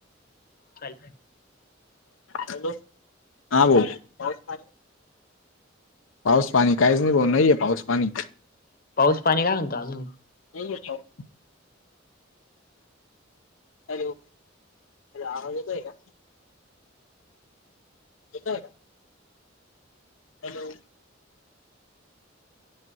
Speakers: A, on the left (about 50°); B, on the left (about 85°).
A: का?
B: हॅलो. हा बोल पाऊस पाणी पाऊस पाणी काहीच नाही भाऊ. नाहीये पाऊस पाणी.
A: पाऊस पाणी काय म्हणतो अजून?
B: नाहीये पाऊस. हॅलो आवाज येतोय का? येतोय का? हॅलो.